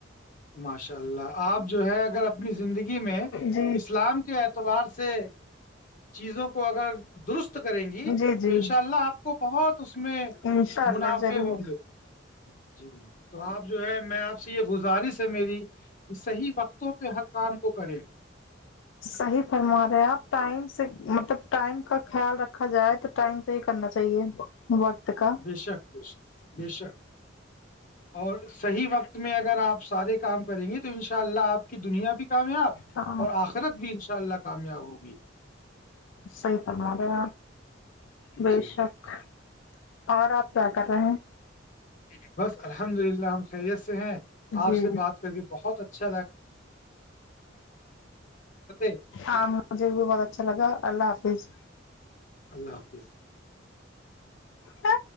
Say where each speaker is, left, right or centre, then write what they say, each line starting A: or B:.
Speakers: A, on the left; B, on the left.
A: ماشاء اللہ آپ جو ہے اگر اپنی زندگی میں
B: جی
A: اسلام کے ابار سے چیزوں کو اگر درست کریں گی
B: جی جی
A: تو ان شاء اللہ آپ کو بہت اس میں
B: انشاء اللہ
A: منافع
B: ضرور
A: ہوں گے جی تو آپ جو ہے میں آپ سے یہ گزارش ہے میری کہ صحیح و پہ ہر کام کو کریں
B: صحیح فرما رہے آپ ٹائم سے مطلب ٹائم کا خیال رکھا جائے تو ٹائم سے ہی کرنا چاہیے وقت کا
A: ب شک بشک ب شک اور صحیح وقت میں اگر آپ سارے کام کریں گے تو ان شاء اللہ آپ کی دنیا بھی کامیاب
B: ہاں
A: اور آخرت بھی ان شاء اللہ کامیاب ہوگی
B: صحی پرناارے
A: جی
B: بے
A: جی
B: شخ اور آپ کیا کر رہے ہیں
A: ج بس الحمد للہ ہم خیریت سے ہیں آپ
B: جی
A: سے بات کر کے بہت اچھ <inaudible>
B: عم مجھے بھی بہت اچھا لگا اللہ حافظ
A: اللہ حافظ
B: ہ